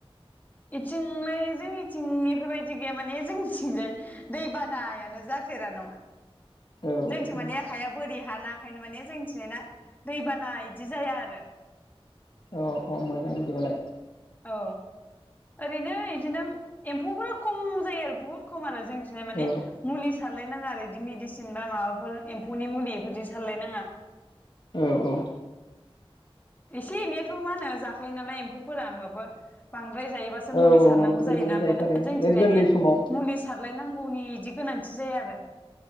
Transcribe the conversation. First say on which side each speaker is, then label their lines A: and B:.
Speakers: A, on the left; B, on the left.
A: इथिंलाय जोंनिथिंनिफोरबायदि गैया माने जोंनिथिंजाय दै बानायानो जाफेरा नङा
B: औ
A: जोंथि
B: औ
A: माने हाया बोरि हा ना। ओंखायनो माने जोंनिथिजायना दैबाना बिदि जाया आरो।
B: अ अ मोजां बिदिबालाय।
A: औ ओरैनो इदिनो एम्फौफो खम जायो आरो बहुट खम आरो जोंनिथिंजाय माने
B: औ
A: मुलि सार रलायनाङा आरो इदि मेदिसिन बा माबाफोर एम्फौनि मुलि इफोरदि सारलायनाङा।
B: औ औ
A: एसे एनैयाथ' मा होनो जाखायो नालाय एम्फौफोरा होमबाबो बां द्राय जायोबासो
B: औ
A: मुलि सारनांगौ
B: औ मोनसे
A: जायोना
B: जायो
A: ओमफ्राय
B: आरो
A: जोंनिथिंजायदि
B: बे गोरलै
A: इदि
B: समाव
A: मुलि सारलायनांगौनि बिदि गोनांथि जाया आरो।